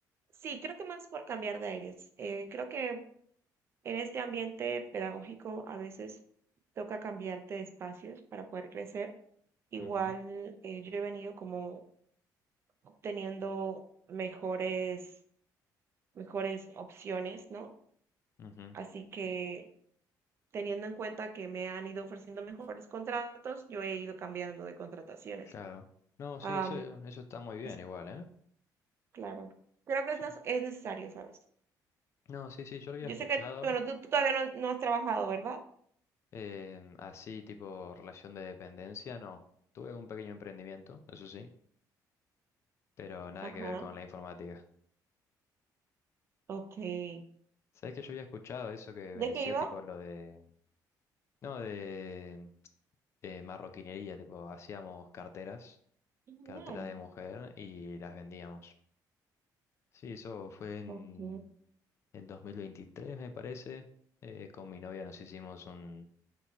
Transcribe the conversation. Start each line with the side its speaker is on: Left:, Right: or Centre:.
Right: Sí, creo que más por cambiar de aires. Eh, creo que en este ambiente pedagógico a veces toca cambiarte de espacios para poder crecer. Igual
Left: Ujú,
Right: eh, yo he venido como obteniendo mejores, mejores opciones, ¿no?
Left: ujú,
Right: Así que teniendo en cuenta que me han ido ofreciendo mejores contratos, yo he ido cambiando de contrataciones.
Left: claro. No,
Right: Am,
Left: sí, eso, eso está muy bien
Right: es
Left: igual, ¿eh?
Right: claro, creo que
Left: Sí.
Right: es, nas- es necesario, ¿sabes?
Left: No, sí, sí, yo lo había
Right: Yo
Left: escuchado.
Right: sé que, bueno, tú, tú todavía no, no has trabajado, ¿verdad?
Left: em, así, tipo relación de dependencia, no. Tuve un pequeño emprendimiento, eso sí. pero nada
Right: Ajá.
Left: que ver con la informática.
Right: Ok. ¿De
Left: ¿Sabés que yo había escuchado eso que me decía
Right: qué iba?
Left: tipo lo de... No, de, de marroquinería, tipo hacíamos carteras,
Right: Genial.
Left: carteras de mujer y las vendíamos. Sí, eso fue en
Right: Ok.
Left: el dos mil veintitrés me parece. Eh, con mi novia nos hicimos un,